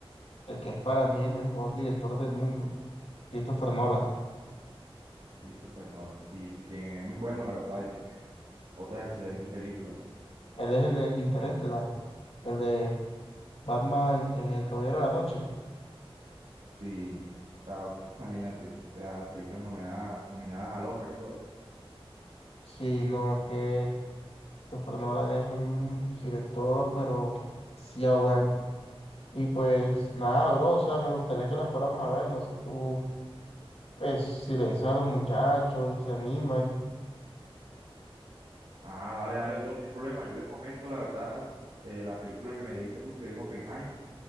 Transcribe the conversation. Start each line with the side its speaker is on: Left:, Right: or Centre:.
Left: el que es para mí el mejor director del mundo, Christopher Nolan.
Right: Christopher Nolan, sí, sí, quien es muy bueno, la verdad, y tiene otras excelentes películas.
Left: Él es el de Interestelar, el de Batman, eh, el Caballero de la Noche.
Right: Sí, o sea, <laughs> imagínate, o sea, películas nominadas, nominadas al Oscar, bro.
Left: Sí, no, es que Christopher Nolan es un director, pero sí, ah, bueno. Y pues nada, bro, o sea, me gustaría que la fuéramos a ver, no sé, tú, pues si le dices a los muchachos y se animan.
Right: Ah, dale, dale, bro, no hay problema. Yo les comento, la verdad, eh, la película que me dijiste tú, que es Oppenheimer,